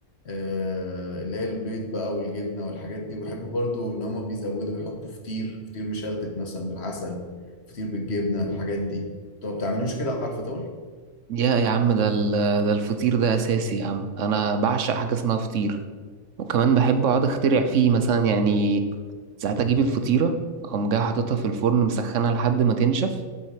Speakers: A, on the left; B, on the right.
A: آه، اللي هي البيض بقى والجبنه والحاجات دي وبحب برضه ان هما بيزودوا بيحطوا فطير فطير مشلتت مثلا بالعسل فطير بالجبنه الحاجات دي انتوا ما بتعملوش كده على الفطار
B: يا يا عم ده ال- ده الفطير ده اساسي يا عم انا بعشق حاجة اسمها فطير وكمان بحب اقعد اخترع فيه مثلا يعني ساعات اجيب الفطيرة اقوم جاي حاططها في الفرن مسخنة لحد ما تنشف